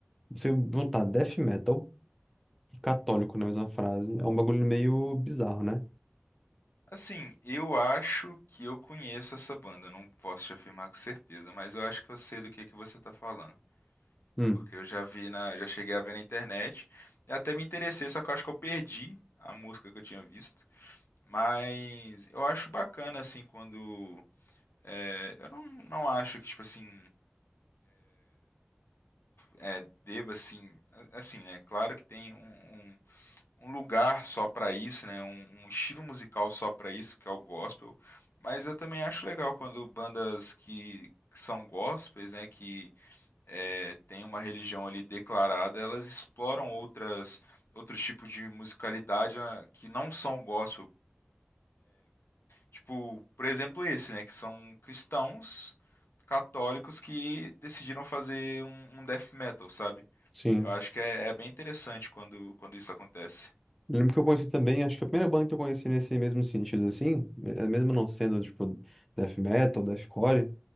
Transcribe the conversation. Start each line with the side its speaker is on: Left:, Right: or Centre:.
Centre: você juntar death metal e católico na mesma frase é um bagulho meio bizarro, né?
Left: Assim, eu acho que eu conheço essa banda, não posso te afirmar com certeza, mas eu acho que eu sei do que que você tá falando,
Centre: Hum,
Left: porque eu já vi na, já cheguei a ver na internet, e até me interessei, só que eu acho que eu perdi a música que eu tinha visto, mas eu acho bacana assim quando é, eu não, não acho que tipo assim é, deva assim a- assim né claro que tem um, um um lugar só para isso, né? Um, um estilo musical só para isso, que é o gospel. Mas eu também acho legal quando bandas que, que são gospels, né? Que é, tem uma religião ali declarada, elas exploram outras outros tipos de musicalidade ah, que não são o gospel. Tipo, por exemplo, esse, né? Que são cristãos católicos que decidiram fazer um, um death metal, sabe?
Centre: sim.
Left: Eu acho que é, é bem interessante quando, quando isso acontece.
Centre: Eu Lembro que eu conheci também, acho que a primeira banda que eu conheci nesse mesmo sentido, assim, eh, mesmo não sendo, tipo, death metal, deathcore,